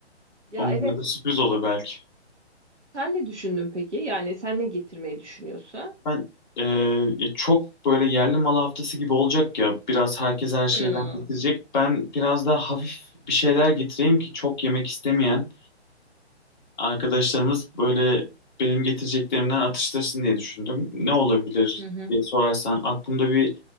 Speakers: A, on the right; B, in the centre.
A: Ya
B: Onlara
A: evet.
B: da sürpriz olur belki.
A: Sen ne düşündün peki? Yani sen ne getirmeyi düşünüyorsun?
B: Ben e, ya çok böyle yerli malı haftası gibi olacak ya. Biraz herkes her şeyden
A: Hmm.
B: getirecek. Ben biraz daha hafif bir şeyler getireyim ki çok yemek istemeyen arkadaşlarımız böyle benim getireceklerimden atıştırsın diye düşündüm. Ne olabilir
A: Hı hı.
B: diye sorarsan aklımda bir